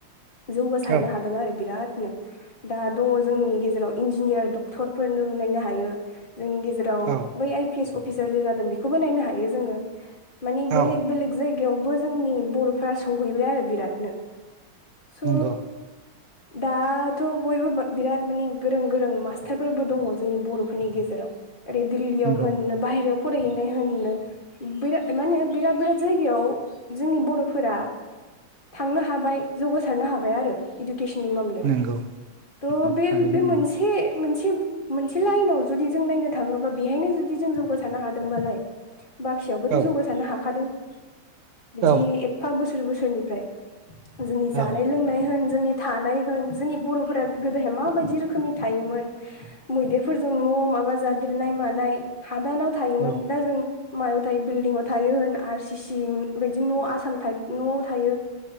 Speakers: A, on the left; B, on the right.
A: जौगासारनो
B: औ
A: हादों आरो बिरादनो दा दङ जोंनि गेजेराव इन्जिनियार डक्टरफोर नों नायनो हायो। जोंनि गेजेराव
B: औ
A: बै आइ पि एस अफिसार जे जादों बेखौबो नायनो हायो जोङो। मानिबेलेग
B: औ
A: बेलेग जायगायावबो जोंनि बर'फोरा सहैबाय आरो बिरादनो। स'
B: नंगौ
A: दाथ' बयबो बिराद माने गोरों गोरों मास्टारफोरबो दङ जोंनि बर'फोरनि गेजेराव। ओरै दिल्लीयाव
B: नंगौ
A: होननो बाहेरायाव फरायहैनाय होननो बिरा माने बिराद बिराद जायगायाव जोंनि बर'फोरा थांनो हाबाय। जौगासारनो हाबाय आरो इडुकेसननि मामलायाव।
B: नंगौ
A: थ'
B: औ
A: बे-
B: थारैनो
A: बे
B: नंगौ
A: मोनसे एसे मोनसे मोनसे लाइनाव जुदि जों नायनो थाङोबा बेहायनो जुदि जों जौगासारनो हादोंबालाय बाखियावबोथ'
B: औ
A: जौगासारनो हाखादों बिदि
B: औ
A: एफा बोसोर बोसोरनिफ्राय। जोंनि जानाय
B: औ
A: लोंनाय होन जोंनि थानाय होन जोंनि बर'फोरा गोदोहाय माबायदि रोखोमनि थायोमोन मैदेरफोरजों न' माबा जादेरनाय मानाय हादानाव थायोमोन
B: औ
A: दा जों मायाव थायो बिल्डिंआव थायो होन आर सि सि बिायदि न' आसाम टाइप न'आव थायो